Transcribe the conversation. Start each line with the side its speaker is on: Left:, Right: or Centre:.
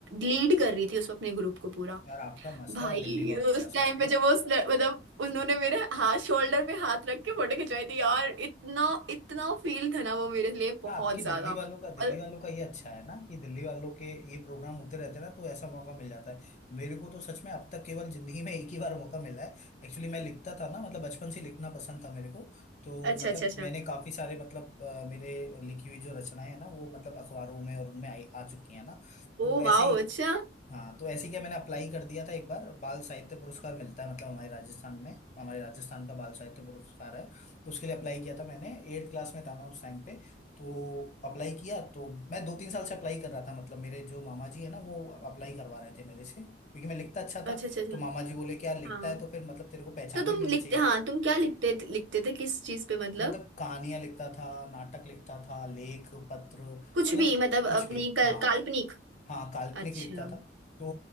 Right: लीड कर रही थी उस अपने ग्रुप को पूरा
Left: यार आपका मस्त
Right: भाई
Left: है दिल्ली वालों
Right: उस
Left: का
Right: टाइम
Left: सच
Right: पे
Left: में
Right: जब वो उस ल- मतलब उन्होंने मेरे हाथ शोल्डर पे हाथ रख के फोटो खिंचवाई थी यार इतना इतना फील था ना वो मेरे लिए
Left: आपके
Right: बहुत
Left: दिल्ली
Right: ज्यादा
Left: वालों का दिल्ली
Right: और
Left: वालों का ये अच्छा है ना कि दिल्ली वालों के ये प्रोग्राम होते रहते हैं ना तो ऐसा मौका मिल जाता है मेरे को तो सच में अब तक केवल जिंदगी में एक ही बार मौका मिला है एक्चुअली मैं लिखता था ना मतलब बचपन से लिखना पसंद था मेरे को तो
Right: अच्छा
Left: मतलब
Right: अच्छा अच्छा
Left: मैंने काफी सारे मतलब अ, मेरे लिखी हुई जो रचनाएं हैं ना वो मतलब अखबारों में और उनमें आई आ चुकी हैं ना तो
Right: ओ
Left: ऐसे
Right: वाओ
Left: ही
Right: अच्छा
Left: हाँ तो ऐसे ही क्या मैंने अप्लाई कर दिया था एक बार बाल साहित्य पुरस्कार मिलता है मतलब हमारे राजस्थान में हमारे राजस्थान का बाल साहित्य पुरस्कार है तो उसके लिए अप्लाई किया था मैंने एट क्लास में था मैं उस टाइम पे तो अप्लाई किया तो मैं दो तीन साल से अप्लाई कर रहा था मतलब मेरे जो मामा जी है ना वो अप्लाई करवा रहे थे मेरे से क्योंकि मैं लिखता अच्छा
Right: अच्छा
Left: था
Right: अच्छा अच्छा
Left: तो मामा जी बोले कि यार लिखता
Right: हाँ
Left: है तो फिर मतलब तेरे को पहचान
Right: तो तुम
Left: भी मिलनी
Right: लिखते
Left: चाहिए
Right: हाँ तुम क्या लिखते लिखते थे किस चीज पे मतलब
Left: मतलब कहानियां लिखता था नाटक लिखता था लेख पत्र मतलब
Right: कुछ भी मतलब
Left: कुछ
Right: अपनी
Left: भी
Right: कल-
Left: हाँ
Right: काल्पनिक
Left: हाँ काल्पनिक
Right: अच्छा
Left: लिखता था तो